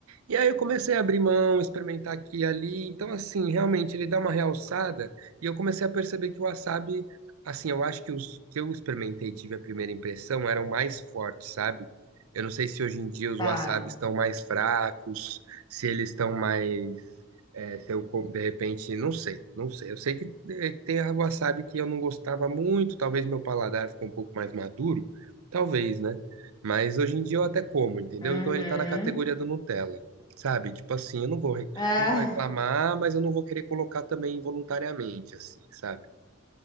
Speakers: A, on the right; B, on the left.
A: E aí eu comecei a abrir mão, experimentar aqui e ali. Então, assim, realmente ele dá uma realçada e eu comecei a perceber que o wasabi, assim, eu acho que os que eu experimentei e tive a primeira impressão eram mais fortes, sabe? Eu não sei se hoje em dia os
B: tá.
A: wasabis estão mais fracos, se eles estão mais. é, se eu, co- de repente, não sei, não sei. Eu sei que é, que tem a wasabi que eu não gostava muito, talvez meu paladar ficou um pouco mais maduro, talvez, né? Mas hoje em dia eu até como, entendeu?
B: Uhum.
A: Então ele tá na categoria do Nutella. Sabe? Tipo assim, eu não vou, re-
B: Ah,
A: não vou reclamar, mas eu não vou querer colocar também voluntariamente, assim, sabe?